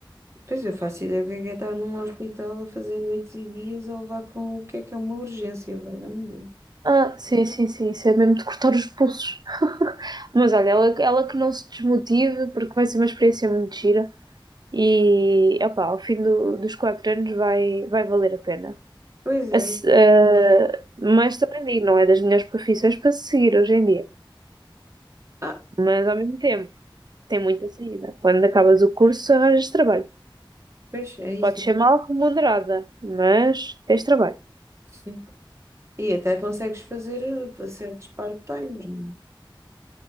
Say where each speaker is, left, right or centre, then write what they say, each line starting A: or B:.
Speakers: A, on the right (about 30°); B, on the right (about 50°).
A: Pois eu faço ideia o que é que é estar num hospital a fazer noites e dias a levar com o que é que é uma urgência, valha-me Deus.
B: Ah, sim, sim, sim, isso é mesmo de cortar os pulsos. <laughs> Mas olha, ela, ela que não se desmotive, porque vai ser uma experiência muito gira. E opá, ao fim do- dos quatro anos vai, vai valer a pena.
A: Pois é.
B: A se- eh, mas também digo, não é das melhores profissões para se seguir hoje em dia.
A: Ah,
B: Mas ao mesmo tempo, tem muita saída. Quando acabas o curso, arranjas trabalho.
A: pois é isso.
B: Podes ser mal remunerada, mas tens trabalho.
A: Sim. E até consegues fazer eh, certos part-times, não é?